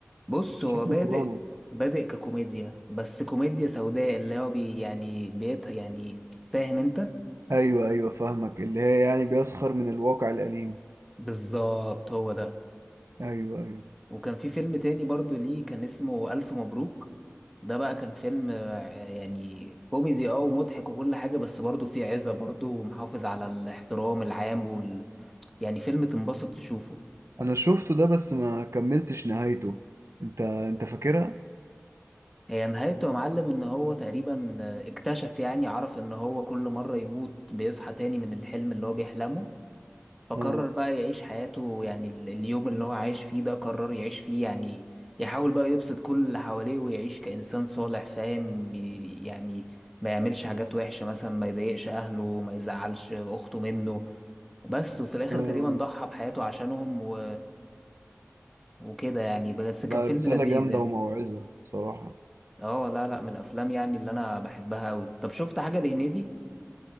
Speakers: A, in the centre; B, on the right.
A: بص هو
B: شكله
A: بادئ
B: دراما
A: بادئ ككوميديا بس كوميديا سوداء اللي هو بي يعني بيت يعني فاهم انت
B: ايوه ايوه فاهمك اللي هي يعني بيسخر من الواقع الأليم
A: بالظبط هو ده
B: ايوه ايوه
A: وكان في فيلم تاني برضو ليه كان اسمه ألف مبروك ده بقى كان فيلم آه، يعني كوميدي اه ومضحك وكل حاجة بس برضو فيه عزة برضو ومحافظ على الاحترام العام وال... يعني فيلم تنبسط تشوفه
B: انا شفته ده بس ما كملتش نهايته انت انت فاكرها
A: هي نهايته يا معلم ان هو تقريبا اكتشف يعني عرف ان هو كل مرة يموت بيصحى تاني من الحلم اللي هو بيحلمه فقرر
B: اه
A: بقى يعيش حياته يعني ال- اليوم اللي هو عايش فيه ده قرر يعيش فيه يعني يحاول بقى يبسط كل اللي حواليه ويعيش كإنسان صالح فاهم ي- يعني ما يعملش حاجات وحشة مثلا ما يضايقش أهله ما يزعلش أخته منه وبس وفي الآخر
B: اه آه.
A: تقريبا ضحى بحياته عشانهم و... وكده يعني بس
B: لا
A: كان فيلم
B: رسالة
A: لذيذ
B: جامدة
A: يعني
B: وموعظة بصراحة
A: اه لا لا من الافلام يعني اللي انا بحبها قوي طب شفت حاجه لهنيدي